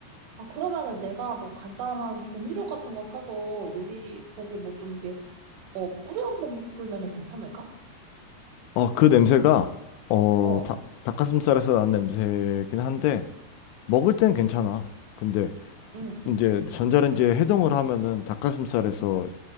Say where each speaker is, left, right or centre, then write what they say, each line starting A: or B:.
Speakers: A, on the right; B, on the left.
A: 아, 그러면은 내가 뭐 간단한 조미료 같은 거 사서 요리, 거기 뭐 좀 이렇게, 어, 뿌려 먹으면은 괜찮을까?
B: 어, 그 냄새가 어,
A: 어,
B: 닭, 닭가슴살에서 나는 냄새긴 한데 먹을 땐 괜찮아. 근데
A: 응,
B: 이제 전자레인지에 해동을 하면은 닭가슴살에서